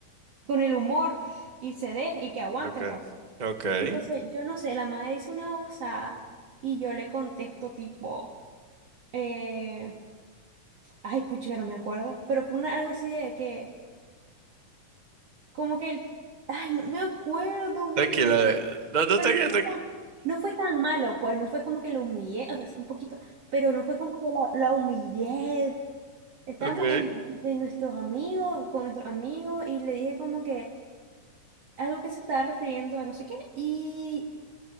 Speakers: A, on the right; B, on the right.
A: con el humor y se deje y que aguante
B: okay,
A: broma.
B: okay.
A: Entonces yo no sé, la madre dice una osada y yo le contesto tipo, eh, ay, puchica, no me acuerdo. Pero fue una- algo así de que, como que el, ay, no me acuerdo, güey,
B: Tranquila,
A: no
B: eh, no, no
A: Pero
B: te
A: no
B: quedes.
A: fue
B: tranqui-
A: tan, no fue tan malo, pues no fue como que lo humillé, o sea, un poquito, pero no fue como que la, la humillé.
B: <laughs>
A: Estábamos
B: Okay.
A: en, de nuestros amigos, con nuestros amigos, y le dije como que algo que se estaba refiriendo a no sé qué, y,